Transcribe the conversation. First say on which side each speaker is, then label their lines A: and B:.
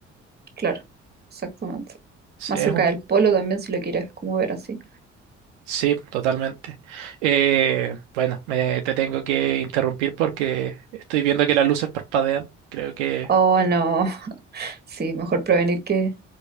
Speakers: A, on the right; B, on the right.
A: claro, exactamente.
B: Sí,
A: Más
B: es
A: cerca
B: un-
A: del polo también, si lo quieres como ver así.
B: sí, totalmente. Eh, bueno, me- te tengo que interrumpir porque estoy viendo que las luces parpadean, creo que...
A: Oh, no, <laughs> sí, mejor prevenir que,